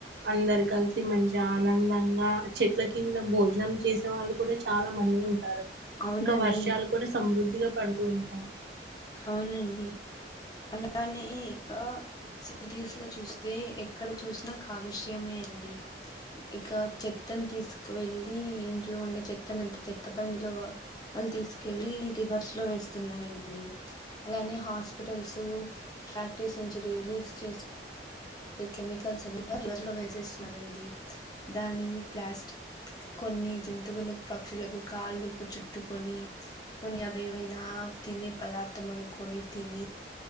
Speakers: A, on the right (about 70°); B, on the left (about 20°).
A: అందరు కలిసి మంచి ఆనందంగా ఆ చెట్ల కింద భోజనం చేసే వాళ్ళు కూడా చాలా మంది ఉంట టారు
B: అవునండి
A: ఇంకా వర్షాలు కూడా సమృద్ధిగా పడుతూ ఉంటాయి
B: అవునండి అలానే ఇక సిటిస్ లో చూస్తే ఎక్కడ చూసినా కాలుష్యమే అండి ఇక చెత్తను తీసుకువెళ్ళలి ఇంట్లో ఉండే చెత్తను అంత చెత్త బండిలో అది తీసుకెళ్లి రివర్స్ లో వేస్తున్నారండి అలానే హాస్పిటల్స్ ఫ్యాక్టరీస్ నుంచి రిలీజ్ చేస్ కెమికల్స్ జ్వరలో వేసేస్తుంది దాని ప్లాస్టిక్ కొన్ని జంతువులకు పక్షులకు కాళ్ళుకు చుట్టుకొని కొన్ని అవెవైనా తినే పదార్థమనుకుని తిని